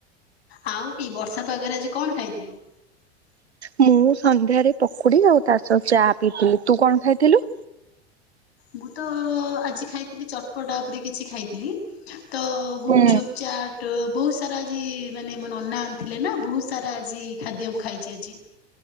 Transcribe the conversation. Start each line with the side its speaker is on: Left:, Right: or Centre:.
Left: ଆଉ ଏଇ ବର୍ଷା ପାଗରେ ଆଜି କଣ ଖାଇଥିଲୁ?
Right: ମୁଁ ସନ୍ଧ୍ୟାରେ ପକୁଡି ଆଉ ତାସ ଚା ପିଇଥିଲି ତୁ କଣ ଖାଇଥିଲୁ?
Left: ମୁଁ ତ ଆଜି ଖାଇଥିଲି ଚଟପଟା ଉପରେ କିଛି ଖାଇଥିଲି। ତ ଗୁପଚୁପ
Right: ହୁଁ।
Left: ଚାଟ। ବହୁତ ସାରା ଆଜି ମାନେ ମୋେ ନ ଅନା ଆଣିଥିଲେ ନା ବହୁତ ସାରା ଆଜି ଖାଦ୍ୟ ମୁଁ ଖାଇଛି ଆଜି